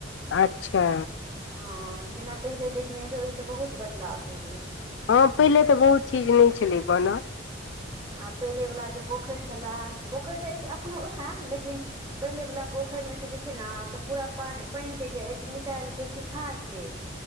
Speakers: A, on the left; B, on the right.
A: अच्छा।
B: हँ जेना पहिले देखने हेबै ओहिस बहुत बदलाव भेल अछि
A: हँ पहिले तऽ बहुत चीज नहि छलै बनल
B: आ पहिले वला जे पोखरि छलए पोखरि तऽ अछि एखनो ओहय लेकिन पहिले वला पोखरिमे से जे छै ने से पूरा पानि पानि के जे अछि निकाल के सुखा के